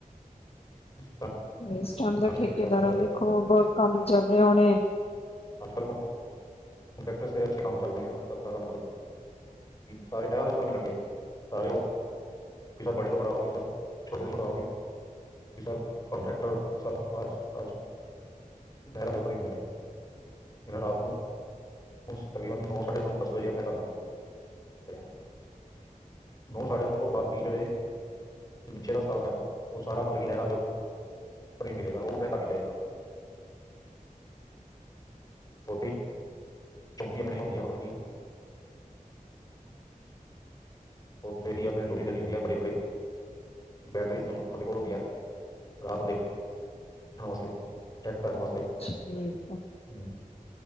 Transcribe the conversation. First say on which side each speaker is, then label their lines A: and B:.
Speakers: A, on the left; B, on the left.
A: <unintelligible>
B: ਇਸ ਟਾਈਮ
A: ਤਰ੍ਹਾਂ
B: ਤਾਂ
A: ਕਰਕੇ
B: ਠੇਕੇਦਾਰਾਂ
A: ਜਿਹੜਾ ਹੈ ਸਾਰੇ
B: ਦੇ ਖੂਬ ਕੰਮ ਚੱਲ ਰਹੇ ਹੋਣੇ।
A: ਅੱਜ -ਕੱਲ੍ਹ ਕੋਡੈਟਰ ਦੇ ਅੱਛੇ ਕੰਮ ਚੱਲਦੇ ਆ, <unintelligible> ਸਾਰੇ ਨਹਿਰ ਉੱਪਰ ਮਿਲਣਗੇ, ਸਾਰੇ ਉਹ। <unintelligible> ਬੜੇ ਤੋਂ ਬੜਾ, ਔਫਿਸਰ ਛੋਟੇ -ਛੋਟਾ ਆਫਿਸਰ। <unintelligible> ਸਰ ਕੋਂਟ੍ਰੈਕਟਰ ਸਭ ਆਜੋ -ਆਜੋ। <inaudible> ਨਹਿਰਾਂ ਦੇ ਉੱਪਰ ਹੀ ਮਿਲਦੇ ਐ, ਇਹਨਾਂ ਰਾਤ ਨੂੰ। <unintelligible> ਤਕਰੀਬਨ ਨੌਂ ਸਾਢੇ ਨੌ ਦਸ ਵਜੇ ਆਪਣੇ ਘਰ ਜਾਂਦੇ <inaudible> ਨੌ ਸਾਢੇ ਨੌ ਤੋਂ ਬਾਅਦ ਵੀਹ, ਜਿਹੜੇ। <inaudible> <inaudible> ਨੀਚੇ ਆਲਾ ਸਟਾਫ਼ ਐ ਉਹ ਸਾਰਾ ਮਤਲਬ ਕਿ ਨਹਿਰਾਂ ਦੇ ਉੱਪਰ <inaudible> ਹੀ ਮਿਲੇਗਾ ਉਹ ਆਪਣੇ ਨੀ ਜਾਏਗਾ। <unintelligible> ਚੌਂਕੀਆਂ ਬਣੀਆ ਹੁੰਦੀਆਂ, ਮਤਲਬ ਕੀ, <inaudible> ਉੱਥੇ ਹੀ ਆਪਣੀ ਡਿਊਟੀ ਦੇਣੀ ਹੁੰਦੀ ਹੈ ਬੜੀ -ਬੜੀ। ਬੈਟਰੀਸ਼ ਉਹਨਾਂ ਦੇ ਕੋਲ ਹੁੰਦੀਆਂ ਆ, ਰਾਤ ਨੂੰ ਦੇਖ ਚੈੱਕ ਕਰਨ ਵਾਸਤੇ-ਚੈੱਕ ਕਰਨ ਵਾਸਤੇ।
B: ਠੀਕ ਆ।
A: ਹਮ।